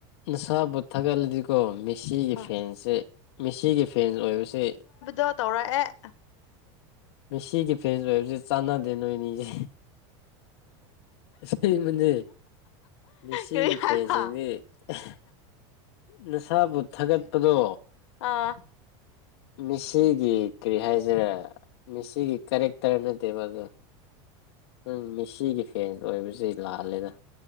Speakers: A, on the left (about 65°); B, on the left (about 85°).
A: ꯅꯁꯥꯕꯨꯠ ꯊꯥꯒꯠꯂꯗꯤꯀꯣ ꯃꯤꯁꯤꯒꯤ
B: ꯍꯣꯏ
A: ꯐꯦꯟꯁꯦ ꯃꯤꯁꯤꯒꯤ ꯐꯦꯟ ꯂꯣꯏꯕꯁꯦ
B: ꯇꯣ ꯇꯧꯔꯛꯑꯦ꯫
A: ꯃꯦꯁꯤꯒꯤ ꯐꯦꯟꯖ ꯑꯣꯏꯕꯖꯦ ꯆꯥꯟꯅꯗꯦ ꯅꯣꯏꯅꯤꯖꯦ꯫ ꯑꯁꯦꯡꯕꯅꯦ꯫ ꯃꯤꯁꯤꯒꯤ
B: ꯀꯔꯤ ꯍꯥꯏꯕ
A: ꯐꯦꯟꯖꯤꯡꯖꯦ ꯑꯍ ꯅꯁꯥꯕꯨ ꯊꯥꯒꯠꯄꯗꯣ
B: ꯑꯥ꯫
A: ꯃꯤꯁꯤꯒꯤ ꯀꯔꯤ ꯍꯥꯏꯁꯤꯔꯦ ꯃꯦꯁꯤꯒꯤ ꯀꯔꯦꯛꯇꯔ ꯅꯠꯇꯦꯕ ꯑꯗꯨ꯫ ꯅꯪ ꯃꯤꯁꯤꯒꯤ ꯐꯦꯟ ꯑꯣꯏꯕꯁꯤ ꯂꯥꯜꯂꯦꯗ꯫